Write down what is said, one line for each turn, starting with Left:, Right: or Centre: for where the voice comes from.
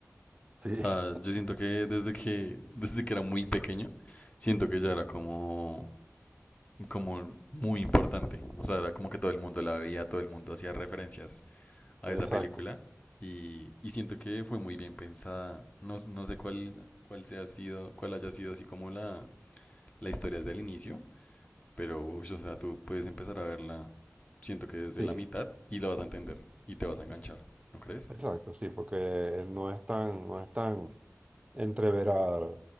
Right: Sí.
Left: O sea, yo siento que desde que, desde que era muy pequeño, siento que ya era como, como muy importante. O sea, era como que todo el mundo la veía, todo el mundo hacía referencias a
Right: <laughs> Exacto.
Left: esa película y, y siento que fue muy bien pensada. No, s- no sé cuál, cuál sea sido, cuál haya sido así como la, la historia desde el inicio, pero ush, o sea, tú puedes empezar a verla, siento que desde
Right: Sí.
Left: la mitad y la vas a entender y te vas a enganchar, ¿no crees?
Right: Exacto, sí, porque no es tan, no es tan entreverada.